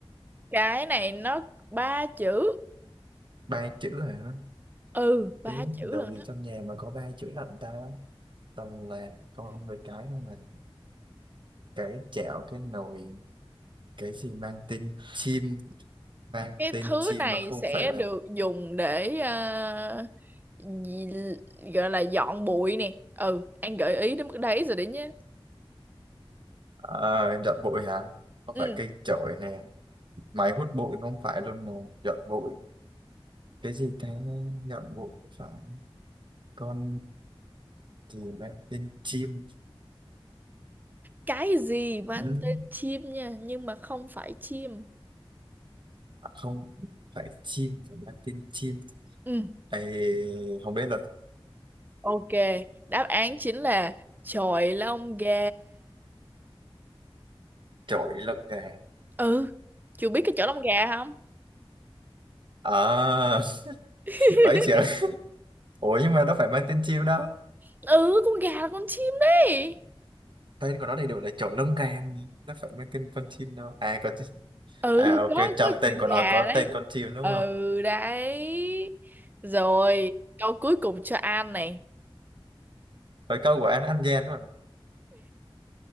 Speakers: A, on the right; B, on the right.
A: cái này nó ba chữ,
B: ba chữ hả
A: ừ ba
B: cái
A: chữ
B: đồ
A: luôn
B: gì
A: đó.
B: trong nhà mà có ba chữ lận ta toàn là con với cái không mà cái chảo cái nồi cái gì mang tên chim mang
A: Cái
B: tên
A: thứ
B: chim
A: này
B: mà không
A: sẽ
B: phải là
A: được dùng để ờ, gì- gọi là dọn bụi nè. Ừ, anh gợi ý đến mức đấy rồi đấy nhé.
B: Ờ, dọn bụi hả không
A: Ừ,
B: phải cây chổi nè máy hút bụi không phải luôn nè dọn bụi cái gì ta dọn bụi không phải con gì mang tên chim
A: cái gì mang
B: ừ,
A: tên chim nha, nhưng mà không phải chim.
B: à, không phải chim mà mang tên chim
A: Ừ.
B: Ê, không biết là
A: Ok, đáp án chính là chọi lông gà.
B: chổi lông gà
A: Ừ, chú biết cái chọi lông gà không?
B: à
A: <laughs>
B: bảy triệu ủa nhưng mà nó phải mang tên chim đó
A: Ừ, con gà là con chim đấy.
B: tên của nó đầy đủ là chổi lông gà mà. nó phải mang tên con chim đâu à có chim
A: Ừ,
B: à ok
A: có
B: trong
A: có
B: tên
A: chữ
B: của
A: gà
B: nó có
A: đấy.
B: tên con chim đúng
A: Ừ
B: không
A: đấy. Rồi, câu cuối cùng cho An này.
B: với câu của anh anh gian mà